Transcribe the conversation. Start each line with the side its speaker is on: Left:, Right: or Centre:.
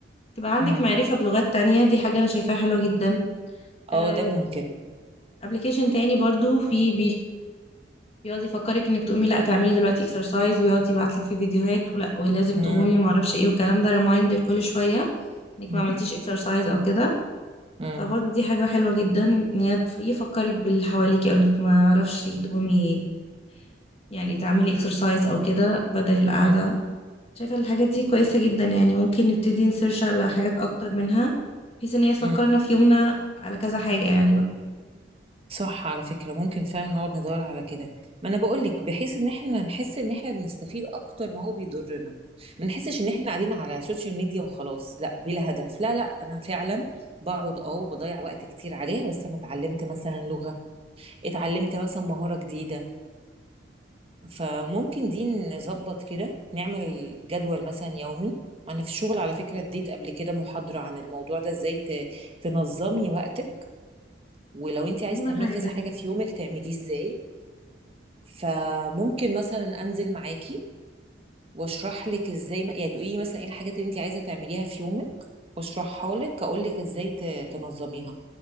Left: تبقى عندك
Right: مم.
Left: معرفة بلغات تانية دي حاجة انا شايفاها حلوة جدا آه،
Right: اه ده ممكن
Left: ابلكيشن تاني برضو في يقعد يفكرك انك تقومي لا تعملي دلوقتي اكسرسايز ويقعد يبعت لك في فيديوهات ولا ولازم
Right: مم.
Left: تقومي وما اعرفش ايه والكلام ده ريمايندر كل شويه انك
Right: مم.
Left: ما عملتيش اكسرسايز او كده
Right: مم.
Left: فبرضه دي حاجه حلوه جدا ان هي تف- يفكرك باللي حواليكي او انك ما اعرفش تقومي يعني تعملي اكسرسايز او كده بدل القعده
Right: مم.
Left: شايفه الحاجات دي كويسه جدا يعني ممكن نبتدي نسيرش على حاجات اكتر منها بحيث ان هي تفكرنا
Right: مم.
Left: في يومنا على كذا حاجه يعني بقى
Right: صح على فكرة ممكن فعلا نقعد ندور على كده ما انا بقول لك بحيث ان احنا نحس ان احنا بنستفيد اكتر ما هو بيضرنا ما نحسش ان احنا قاعدين على سوشيال ميديا وخلاص لا بلا هدف لا لا انا فعلا بقعد اه وبضيع وقت كتير عليها بس انا اتعلمت مثلا لغة اتعلمت مثلا مهارة جديدة فممكن دي نظبط كده نعمل جدول مثلا يومي انا في الشغل على فكرة اديت قبل كده محاضرة عن الموضوع ده ازاي ت- تنظمي وقتك ولو انت
Left: دي اهم
Right: عايز تعملي
Left: حاجه
Right: كذا حاجة في يومك تعمليه ازاي فممكن مثلا انزل معاكي واشرح لك ازاي يعني تقولي لي مثلا ايه الحاجات اللي انت عايزه تعمليها في يومك واشرحها لك اقول لك ازاي ت- تنظميها